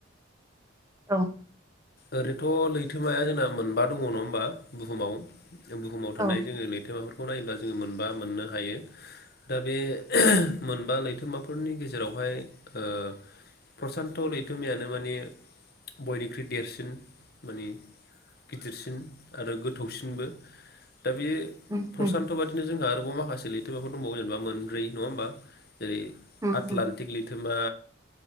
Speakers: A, on the right; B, on the left.
A: औ
B: ओरैथ' लैथोमाया जोंना मोनबा दङ नङा होमबा बुहुमाव बुहुमाव
A: औ
B: थानाय जोङो लैथोमाफोरखौ नायोब्लास जों मोनबा मोननो हायो दा बे ओ मोनबा लैथो थोमाफोरनि गेजेरावहाय ओ प्रसान्त लैथोमायानो माने बयनिख्रइ देरसिन माने गिदिरसिन आरो गोथौसिनबो दा बे
A: उम
B: प्रसान्त'
A: उम
B: बादिनो जोंहा आरोबाव माखासे लैथोमाफोर दंबावो जेनेबा मोनब्रै नङा होनबा जेरै
A: उम
B: आटलान्टिक
A: उम
B: लैथोमा